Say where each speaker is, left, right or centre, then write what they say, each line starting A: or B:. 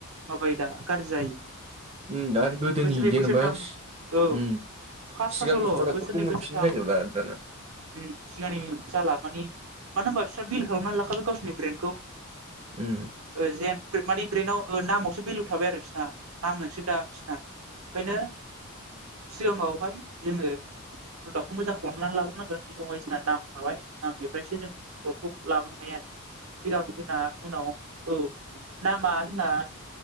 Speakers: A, on the right; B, on the right.
A: माबायो दा गाज्रि जायो।
B: उम दा आरो गोदोनि
A: बोसोरनै
B: जेनेबा
A: बोसोरथाम औ
B: उम।
A: फार्स्ट
B: सिगांनि
A: फार्स्टआवल'
B: प्रडाक्ट
A: बोसोरनै
B: फोरखौ मोनफिननो
A: बोसोरथाम
B: नागिरला दाना।
A: उम सिगांनि जाला मानि मानो होनबा बिस्रा बिल खालामनानै लाखाबाय गावसिनि ब्रेन्डखौ।
B: उम।
A: ओ जेनफोर मानि ब्रेनाव ओ नामावसो भेलु थाबाय आरो बिसोरना नाम नोंसो दा बिसोरना ओंखायनो सिगाङावहाय जोङो। प्रडाकखौ मोजां खालामनानै लाग्रोनांगोन बायदिसिना नाम थाबाय नामनिफ्रायसो जों। फथ' लाबोनो हायो सिगां जोंना उनाव औ नामा जोंना